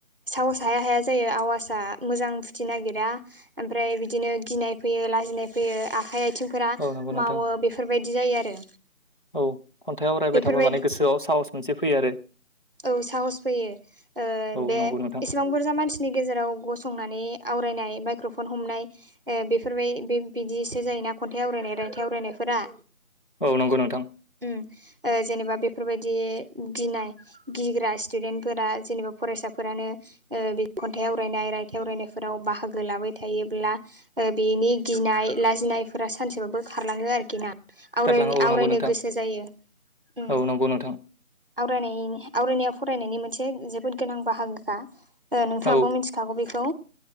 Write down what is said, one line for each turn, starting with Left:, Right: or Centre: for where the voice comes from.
Right: साहस हाया हाया जायो आवाजआ मोजां फुथि नागिरा ओमफ्राय बिदिनो गिनाय फैयो लाजिनाय फैयो आखाइ आय थिंफोरा
Left: औ नंगौ नोंथां
Right: मावो बेफोरबायदि जायो आरो।
Left: औ खन्थाइ आवरायबाय
Right: बेफोरबायदि
Left: थाबा माने गोसोआव साहस मोनसे फैयो आरो।
Right: औ साहस फैयो ओ
Left: औ
Right: बे
Left: नंगौ नोंथां
Right: एसेबां बुरजा मानसि नि गेजेराव गसंनानै आवरायनाय माइक्र'फन हमनाय ए बेफोरबाय बे बिदिसो जायोना खन्थाइ आवरायनाय रायथाइ आवरायनायफोरा।
Left: औ नंगौ नोंथां।
Right: ओम ओ जेनेबा बेफोरबायदि गिनाय गिग्रा स्टुडेन्टफोरा जेनेबा फरायसाफोरानो ओ बे खन्थाइ आवरायनाय, रायथाइ आवरायनायफोराव बाहागो लाबाय थायोब्ला ओ बेनि गिनाय लाजिनायफोरा सानसेबाबो खारलाङो आरोखि ना। आवरायनो
Left: गारलाङो औ
Right: आवरायनो
Left: नंगौ नोंथां
Right: गोसो जायो ओम।
Left: औ नंगौ नोंथां
Right: आवरायनायनि आवरायनाया फरायनायनि मोनसे जोबोद गोनां बाहागोखा। ओ नोंथाङाबो
Left: औ
Right: मिथिखागौ बेखौ